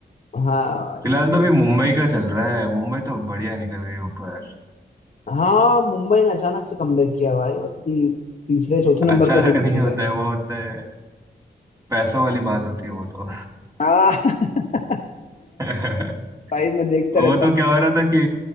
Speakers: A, on the left; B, on the right.
A: हाँ भाई
B: फिलहाल तो अभी मुंबई का चल रहा है मुंबई तो बढ़िया निकल गई ऊपर
A: हाँ मुंबई ने अचानक से कमबैक किया भाई और भी तीसरे चौथे नंबर
B: अचानक
A: पर जीत
B: नहीं
A: गई
B: होता
A: शायद
B: है वो होता है पैसों वाली बात होती है वो तो
A: हाँ <laughs>
B: <laughs>
A: भाई मैं देखता
B: वो
A: रहता
B: तो
A: हूँ
B: क्या हो रहा था कि